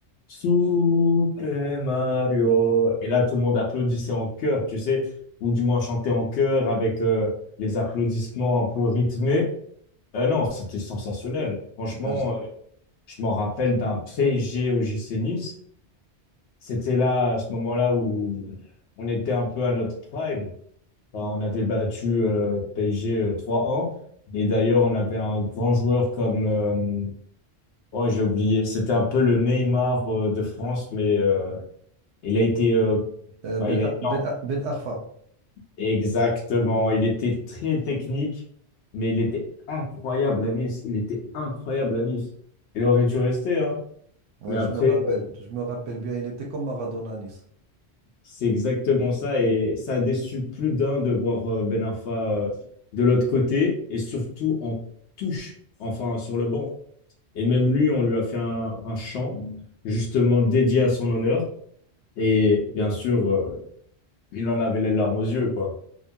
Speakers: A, on the left; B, on the right.
A: Super Mario. Et là, tout le monde applaudissait en chœur, tu sais, ou du moins chantait en chœur avec euh, les applaudissements un peu rythmés. Euh, non, c'était sensationnel. Franchement,
B: Ouais, c-
A: euh, je m'en rappelle d'un PSG au GC Nice. C'était là, à ce moment-là, où on était un peu à notre prime. Bah, on avait battu euh, PSG euh, 3 un Et d'ailleurs, on avait un grand joueur comme... euh, oh, j'ai oublié. C'était un peu le Neymar euh, de France, mais euh, il a été... euh,
B: euh,
A: bah,
B: ben,
A: il a...
B: A-
A: été-
B: ben, A- Ben Arfa,
A: Exactement. Il était très technique, mais il était incroyable à Nice. Il était incroyable à Nice. Il aurait dû rester, hein.
B: ouais,
A: Mais après,
B: je me rappelle, je me rappelle bien, il était comme Maradona à Nice.
A: c'est exactement ça. Et ça a déçu plus d'un de voir euh, Ben Arfa euh, de l'autre côté et surtout en touche, enfin sur le banc. Et même lui, on lui a fait un, un chant justement dédié à son honneur. Et bien sûr, euh, il en avait les larmes aux yeux, quoi.